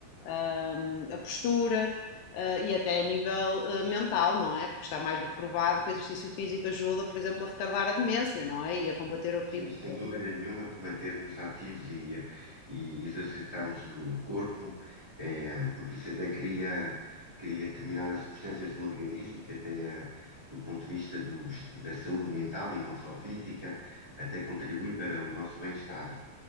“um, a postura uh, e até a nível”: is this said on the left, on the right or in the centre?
Left